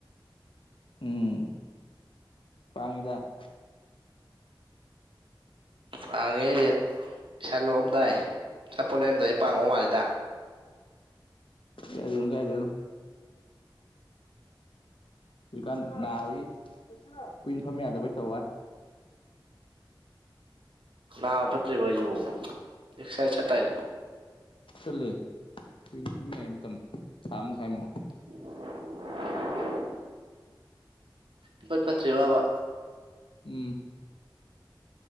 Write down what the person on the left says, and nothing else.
ꯎꯝ ꯋꯥꯉꯗ
ꯀꯗꯅꯣ ꯀꯥꯏꯗꯅꯣ ꯍꯧꯖꯤꯛꯀꯥꯟ ꯅꯥꯕꯒꯤ ꯀꯨꯏꯅ ꯐꯝꯕ ꯌꯥꯗꯕꯩ ꯇꯧꯕꯩ ꯋꯥꯅꯦ
ꯆꯠꯂꯦ ꯀꯨꯏꯅ ꯆꯪꯅꯤ ꯍꯥꯏ ꯃꯇꯝ ꯊꯥ ꯃꯈꯥꯏꯃꯨꯛ
ꯎꯝ